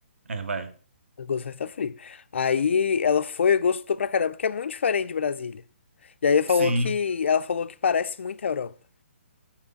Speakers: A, on the right (about 80°); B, on the left (about 70°).
A: É, vai.
B: Agosto vai estar frio. Aí ela foi e gostou pra caramba, porque é muito diferente de Brasília. E aí falou
A: Sim.
B: que, ela falou que parece muito a Europa.